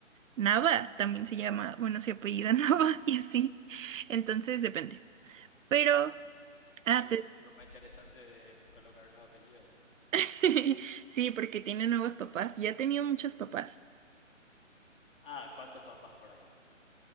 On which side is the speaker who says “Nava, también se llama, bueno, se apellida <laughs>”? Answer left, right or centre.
Right